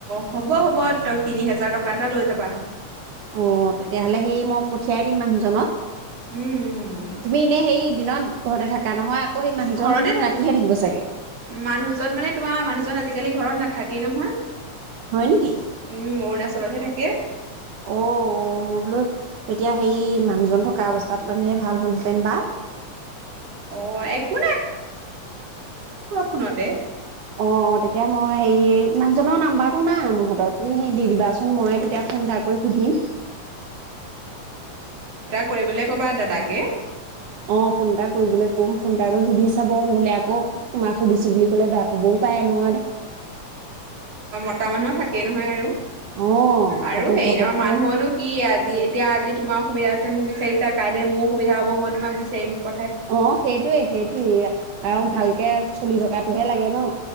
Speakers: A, on the right; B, on the right.
A: হ'ব হ'ব তই তিনি হোজাৰ টকা এটা লৈ যাবা
B: অ তেতিয়াহ'লে সেই মই পঠিয়াই দিম মানুহজনক
A: উম, উম, উম।
B: তুমি এনেই সেই দিনত ঘৰতে থাকা নহয় আকৌ সেই মানুহজন
A: ঘৰতে থাক
B: ৰাতিহে থাকিব চাগে
A: মানুহজন মানে তোমাৰ মানুহজন আজিকালি ঘৰত নাথাকে কিয় নহয় উম
B: হয় নেকি?
A: অ ঘৰতেহে থাকে
B: অ মই বোলো এতিয়া সেই মানুহজন থকা অৱস্থাত আনিলে ভাল হ'লহেঁতেন বা
A: অ', একো শুনতে
B: অ অ তেতিয়া মই হেৰি মানুহজনৰ নাম্বাৰটো নাই মোৰ হাতত তুমি সেই দি দিবাচোন ময়ে তেতিয়া ফোন এটা কৰি সুধিম
A: কৰিবলে কবা দাদাকে
B: অ ফোন এটা কৰিবলৈ কম ফোন এটা কৰি সুধি চাব নহলে আকৌ তোমাক সুধিছো বুলি ক'লে বে ক'বও পায় নহ
A: আটা মানুহ থাকে নহয় আৰু
B: অ
A: আৰু
B: আকৌ
A: হেৰি
B: ঘপককে
A: নহয় মানুহনো কি আজি এতিয়া আজি তোমাৰ সুবিধা আছে মোক বিচাৰিছা কাইলে মোক সুবিধা হ'ব ময়ো তোমাক বিচাৰিম ক
B: অহ সেইটোৱে সেইটোয়ে
A: উম,
B: আৰু ভালকে চলি থকা তটোহে লাগে ন।